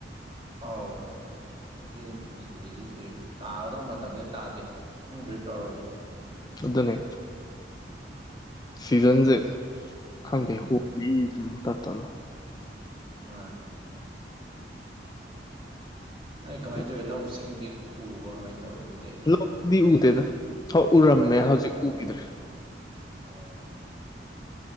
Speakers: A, on the right; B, on the left.
A: ꯑꯥꯎ ꯅꯣꯡꯁꯨ ꯑꯗꯨꯝ ꯊꯤꯂꯤ ꯊꯤꯜꯂꯤꯗꯤ ꯆꯨꯏ ꯇꯥꯒꯗꯧꯕ ꯃꯇꯝꯗꯩ ꯇꯥꯗꯦ ꯈꯪꯗ꯭ꯔꯦ ꯇꯧꯔꯤꯁꯦ
B: ꯑꯗꯨꯅꯦ ꯁꯤꯖꯟꯖꯦ ꯈꯪꯗꯦ
A: ꯎꯝ
B: ꯍꯣꯄꯤ ꯇꯝ ꯇꯝꯅ
A: ꯑꯥ ꯅꯣꯏ ꯀꯃꯥꯏꯅ
B: ꯎꯝ
A: ꯇꯧꯋꯤ ꯂꯧ ꯁꯤꯡꯗꯤ ꯎꯕ꯭ꯔꯣ ꯀꯃꯥꯏꯅ ꯇꯧꯋꯤ ꯎꯗꯦ
B: ꯂꯧꯗꯤ ꯎꯗꯦꯗꯥ ꯍꯣꯏ ꯎꯔꯝꯃꯦ ꯍꯧꯖꯤꯛ ꯎꯒꯤꯗ꯭ꯔꯦ
A: ꯑꯣ